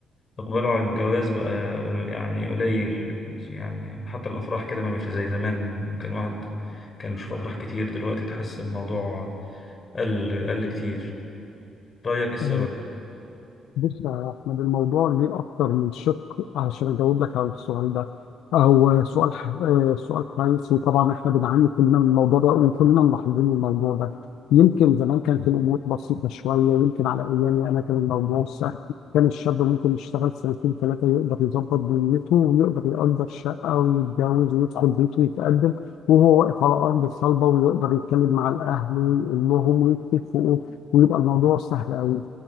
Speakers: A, on the left; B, on the left.
A: اقباله على الجواز بقى يعني قليل يعني حتى الافراح كده ما بقتش زي زمان كان واحد كان بيشوف افراح كتير دلوقتي تحس الموضوع قل قل كتير رايك ايه السبب
B: آه، بص يا أحمد الموضوع ليه أكتر من شق عشان أجاوب لك على السؤال ده هو سؤال آه، سؤال كويس وطبعا إحنا بنعاني كلنا من الموضوع ده وكلنا ملاحظين الموضوع ده يمكن زمان كانت الأمور بسيطة شوية يمكن على أيامي أنا كان الموضوع سهل كان الشاب ممكن يشتغل سنتين ثلاثة يقدر يظبط دنيته ويقدر يأجر شقة ويتجوز ويدخل بيته ويتقدم وهو واقف على أرض صلبة ويقدر يتكلم مع الأهل ويقول لهم ويتفقوا ويبقى الموضوع سهل أوي